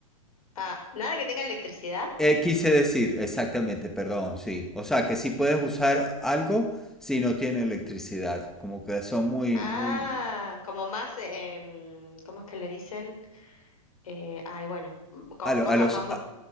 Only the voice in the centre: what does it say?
Eh, quise decir, exactamente, perdón, sí. O sea, que sí puedes usar algo si no tiene electricidad. Como que son muy,
muy...
A, lo-
a los...
a-